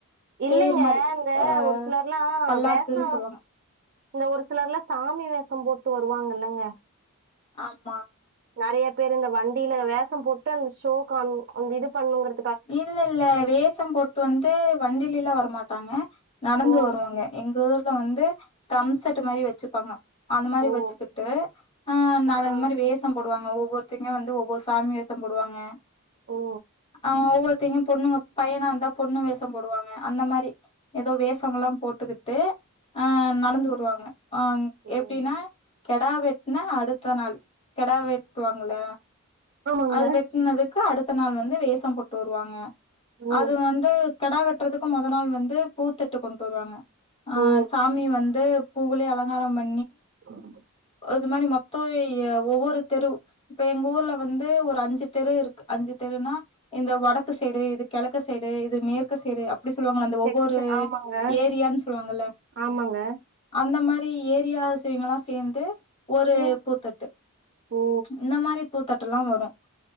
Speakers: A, on the right; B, on the left.
A: இல்லைங்க
B: தேர் மாரி
A: இந்த
B: அஹ்
A: ஒரு சிலர்ல்லாம்
B: பல்லாக்குன்னு
A: வேஷம்
B: சொல்லுவாங்க
A: இந்த ஒரு சிலர்ல சாமி வேஷம் போட் டு வருவாங்கல்லங்க
B: ஆம்
A: நறைய பேர் இந்த வண்டியில வேஷம் போட்டு அந்த ஷோ கா அந்த இது பண்ணுங்கிற
B: இல்ல இல்ல வேஷம் போட்டு வந்து வண்டில எல்லாம் வரமாட்டாங்க நடந்து
A: ஓ
B: வருவாங்க எங் க ஊர்ல வந்து தம் செட் மாதிரி வச்சிருப்பாங்க அந்த மாதிரி
A: ஓ
B: வச்சுக்கிட்டு அ அந்த
A: ஆ ஆ
B: மாதிரி வேஷம் போடுவாங்க ஒவ்வொருத்தங்க வந்து ஒவ்வொரு சாமி வேஷம் போடுவாங்க
A: ஓ
B: அவுங்க ஒவ்வொருத்தையும் பொண்ணுங்க பையனா இருந்தா பொண்ணு வேஷம் போடுவாங்க அந்த மாதிரி ஏதோ வேஷம் எல்லாம் போட்டுக்கிட்டு ஆ நடந்து வருவாங்க ஆ
A: ம்
B: எப்படின்னா கெடா வெட்டின அடுத்த நாள் கெடா வெட்டுவாங்கள
A: ஆமாங்க
B: அது வெட்டனதுக்கு அடுத்த நாள் வந்து வேஷ போட்டு வருவாங்க
A: ஓ
B: அது வந்து கிடா வெட்டுறதுக்கு மொதல் நாள் வந்து பூத்தட்டு கொண்டு வருவாங்க ஆ
A: ஓ
B: சாமி வந்து பூவுளே அலங் ஆமா
A: ஆஹ <unintelligible>
B: இது மாதிரி மொத்தம் ஒவ்வொரு தெரு இப்ப எங்க ஊர்ல வந்து ஒரு அஞ்சு தெரு இருக்கு அஞ்சு தெருனா இந்த வடக்கு சைடு இது கிழக்கு சைடு இது மேற்கு சைடு அப் படி சொல்லுவாங்கள அந்த
A: செக்கு
B: ஒவ்வொரு
A: செ ஆமாங்க
B: ஏரியான்னு சொல்லுவாங்க
A: ஆமாங்க
B: அந்த மாதிரி ஏரியா செங் எல்லாம் சேர்ந்து ஒரு
A: ம்
B: பூத்தட்டு
A: ஓ
B: இந்த மாதிரி பூத்தட்டு எல்லாம் வரும்